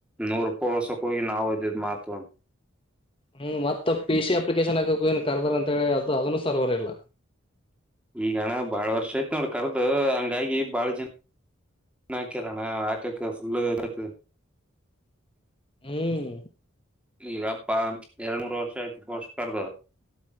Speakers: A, in the centre; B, on the left.
A: ನೂರ್ ರೂಪಾಯಿ ಉಳಸಕ್ ಹೋಗಿ ನಾವ್ ಅದಿದ್ ಮಾಹತ್ವ.
B: ಹ್ಮ್, ಮತ್ತ ಪಿ, ಸಿ ಅಪ್ಲಿಕೇಶನ್ ಆಕಾ ಹೋಗಿನಿ. ಕ ಏನ್ ಕರ್ದರ್ ಅಂತ ಹೇಳಿ ಅ ಅದನ್ನು ಸರ್ವರ್ ಇಲ್ಲ.
A: ಈಗಣ್ಣ ಬಾಳ ವರ್ಷ ಯ್ತ್ ಅಣ್ಣ ಕರ್ದು. ಹಂಗಾಗಿ ಬಾಳ ಜನ ಹಾಕ್ಯರಣ ಹಾಕಕ್ ಫುಲ್ ಇತ
B: ಹ್ಮ್,
A: ಈಗಪ್ಪಾ ಎರಡ್ ನೂರ್ ವರ್ಷ ಆಯ್ತು ಪೋಸ್ಟ್ ಕರ್ದು,